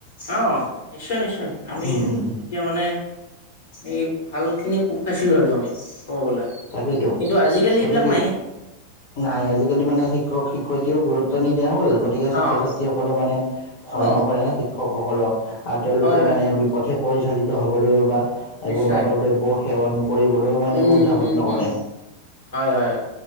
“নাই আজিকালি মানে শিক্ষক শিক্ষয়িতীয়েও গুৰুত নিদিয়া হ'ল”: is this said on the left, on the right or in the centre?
Left